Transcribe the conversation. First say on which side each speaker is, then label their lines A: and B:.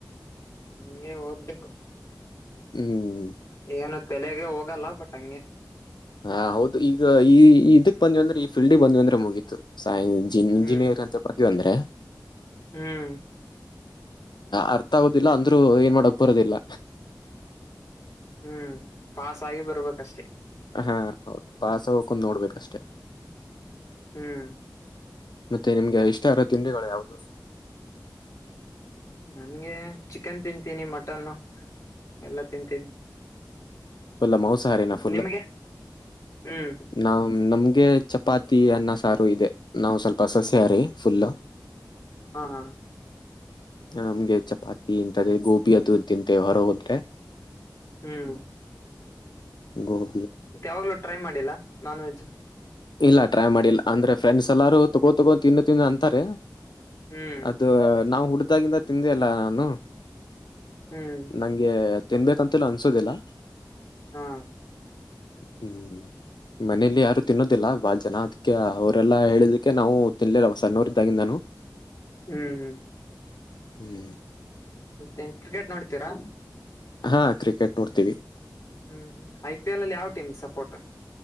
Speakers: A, on the left; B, on the left.
A: ನೀ ದಬೇಕ
B: ಹ್ಮ್
A: ಏನು ತಲೆಗೆ ಹೋಗಲ್ಲ ಬಟ್ ಹಂಗೆ
B: ಹ ಹೌದು ಈಗ ಈ ಇದಕ್ ಬಂದ್ವಿ ಅಂದ್ರೆ ಈ ಫಲ್ಡ್ಗ್ ಬಂದ್ವಿ ಅಂದ್ರೆ ಮುಗೀತದ ಸೈನ್
A: ಹ್ಮ್
B: ಇಂಜಿನಿಯರ್ ಅಂತ ಪ್ರತಿ ಅಂದ್ರೆ
A: ಹ್ಮ್
B: ಅರ್ಥ ಆಗೋದಿಲ್ಲ ಅಂದ್ರರು ಏನ್ ಮಾಡಕ್ ಬರೋದಿಲ್ಲ
A: ಹ್ಮ್ ಪಾಸ್ ಆಗಿ ಬರ್ಬೇಕಷ್ಟೇ
B: ಹಾ ಹೌದು ಪಾಸ ಹಕೊಂಡ್ ನೋಡ್ಬೇಕಷ್ಟೆ
A: ಹ್ಮ್
B: ಮತ್ತೆ ನಿಮ್ಗೆ ಇಷ್ಟ ಅರೋ ತಿಂಡಿಗಳು ಯಾವ್ದದು
A: ನನ್ಗೆ ಚಿಕನ್ ತಿಂತೀನಿ ಮಟನ್ ಎಲ್ಲ ತಿಂತೀನಿ
B: ಫುಲ್ಲ ಮಾಂಸಾಹಾರಿನಾ ಫುಲ್ಲ
A: ನಿಮಗೆ ಹ್ಮ್
B: ನಾ ನಮ್ಗೆ ಚ ಚಪಾತಿ ಅನ್ನ ಸಾರು ಇದೆ ನಾವು ಸ್ವಲ್ಪ ಸಸ್ಯಹಾರಿ ಫುಲ್
A: ಹಾ ಹ
B: ನಮ್ಗೆ ಚಪಾತಿ ಇಂಂತದೇ ಗೋಬಿ ಅದು ತಿಂತೆೇವೆ ಹೊರ ಹೋದ್ರೆ
A: ಹ್ಮ್
B: ಗು
A: ಮತ್ತ ಯಾವಾಗ್ಲೂ ಟ್ರೈ ಮಾಡಿಲ್ಲ ನಾನ್ ವೆಜ್
B: ಇಲ್ಲ ಟ್ರೈ ಮಾಡಿಲ್ಲ ಅಂದ್ರೆ ಫ್ರೆಂಡ್ಸ್ ಎಲ್ಲಾರು ತಗೋ ತಗೋ ತಿಂದು ತಿಂದು ಅಂತಾರೆ
A: ಹ್ಮ್
B: ಅದು ನಾವು ಹುಡ್ದಾಗಿಂದ ತಿಂದೆ ಅಲ್ಲ ನಾನು
A: ಹ್ಮ್
B: ನಂಗೆ ತಿನ್ಬೇಕಂತಲ್ಲ ಅನ್ಸೋದಿಲ್ಲ
A: ಹಾ
B: ಹ್ಮ್ ಮನೇಲಿ ಯಾರು ತಿನ್ನೋದಿಲ್ಲ ಬಾಳ ಜನ ಅದಕ್ಕೆ ಅವರೆಲ್ಲಾ ಹೇಳದಕ್ಕೆ ನಾವು ತಿನ್ಲಿಲ್ಲ ಸಣ್ಣೋರ್ ಇದ್ದಾಗಿಂದ ನಾನು
A: ಹ್ಮ್ ಹ್ಮ್
B: ಹ್ಮ್
A: ಮತ್ತೇನ್ ಕ್ರಿಕೆಟ್ ನೋಡ್ತೀರಾ
B: ಹಾ ಕ್ರಿಕೆಟ್ ನೋಡ್ತೀವಿ
A: ಹ್ಮ್ ಐ ಪಿ ಎಲ್ ಅಲ್ಲಿ ಯಾವ್ ಟೀಮ್ ಸಪೋರ್ಟ್